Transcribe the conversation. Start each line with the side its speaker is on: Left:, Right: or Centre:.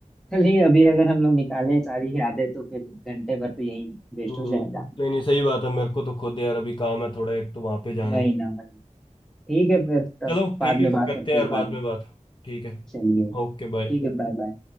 Centre: चलिए अभी अगर हम लोग निकालें सारी यादें तो फिर घंटे भर तो यही
Left: हम्म,
Centre: वेस्ट हो जाएगा
Left: नहीं नहीं सही बात है मेरे को तो खुद यार अभी काम है थोड़ा एक तो वहां पे जाना
Centre: वही
Left: है
Centre: ना वही ठीक है फिर तब
Left: चलो ठीक
Centre: बाद
Left: है
Centre: में बात
Left: करते
Centre: करते
Left: हैं
Centre: हैं
Left: यार
Centre: इस
Left: बाद
Centre: बारे में
Left: में बात ठीक है
Centre: चलिए
Left: Okay
Centre: ठीक
Left: bye
Centre: है बाय बाय